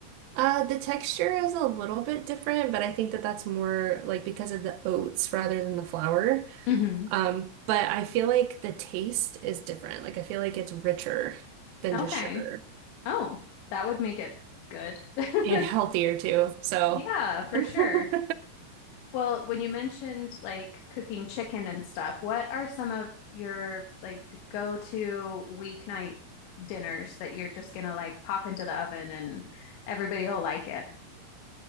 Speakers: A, on the right; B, on the left.
A: Uh, the texture is a little bit different, but I think that that's more like because of the oats rather than the flour.
B: hmm
A: Um, but I feel like the taste is different. Like I feel like it's richer than
B: Okay.
A: just sugar.
B: Oh, that would make it good. <laughs>
A: and healthier too. So,
B: Yeah,
A: <laughs>
B: for sure. Well, when you mentioned like cooking chicken and stuff, what are some of your like go-to weeknight dinners that you're just gonna like pop into the oven and everybody will like it?